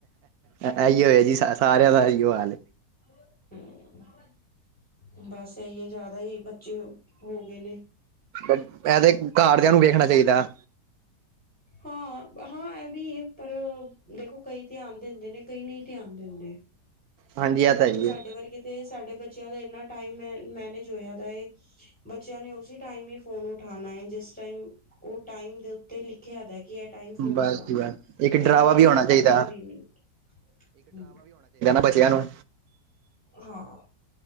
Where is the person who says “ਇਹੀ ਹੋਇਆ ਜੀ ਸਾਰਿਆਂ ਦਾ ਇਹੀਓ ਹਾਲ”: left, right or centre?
Right